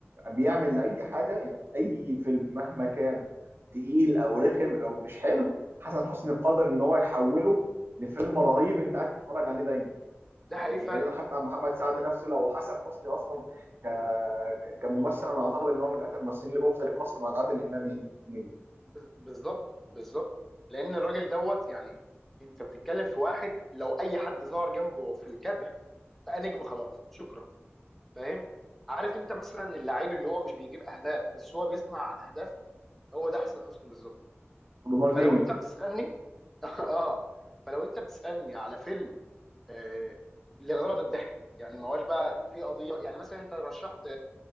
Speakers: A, on the right; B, in the centre.
A: بيعمل لاي حاجه يعني اي فيلم مهما كان تقيل او رخم او مش حلو حسن حسني قادر ان هو يحوله لفيلم رهيب انت قاعد تتفرج عليه دايما
B: ده
A: يعني
B: حقيقي فعلا
A: بعيدا حتى عن محمد سعد نفسه لو حسن حسني اصلا ك... ك... كممثل انا اعتقد ان هو من اكثر الممثلين اللي جم في تاريخ مصر بعد عادل امام يعني يعني،
B: بز- بالظبط بالظبط لان الراجل دوت يعني انت بتتكلم في واحد لو اي حد ظهر جنبه في الكادر بقى نجم خلاص شكرا فاهم عارف انت مثلا اللعيب اللي هو مش بيجيب اهداف بس هو بيصنع اهداف هو ده حسن حسني بالظبط
A: رونالدينيو
B: فلو انت بتسالني <laughs> اه فلو انت بتسالني على فيلم آه لغرض الضحك يعني ما هوش بقى في قضيه يعني مثلا انت رشحت